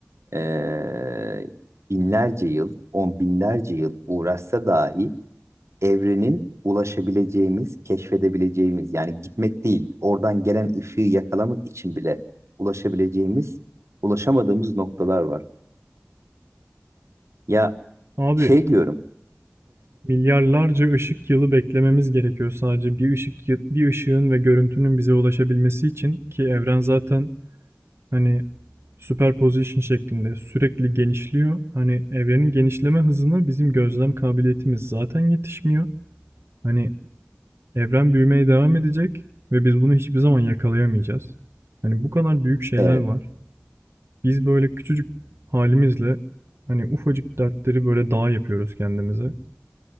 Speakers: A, on the right; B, on the right.
A: eee, binlerce yıl on binlerce yıl uğraşsa dahi evrenin ulaşabileceğimiz keşfedebileceğimiz yani gitmek değil oradan gelen ışığı yakalamak için bile ulaşabileceğimiz ulaşamadığımız noktalar var. Ya
B: Abi
A: şey diyorum.
B: Milyarlarca ışık yılı beklememiz gerekiyor sadece bir ışık bir ışığın ve görüntünün bize ulaşabilmesi için ki evren zaten hani superposition şeklinde sürekli genişliyor. Hani evrenin genişleme hızına bizim gözlem kabiliyetimiz zaten yetişmiyor. Hani evren büyümeye devam edecek ve biz bunu hiçbir zaman yakalayamayacağız. Hani bu kadar büyük şeyler
A: Evet,
B: var. Biz böyle küçücük halimizle hani ufacık dertleri böyle dağ yapıyoruz kendimize.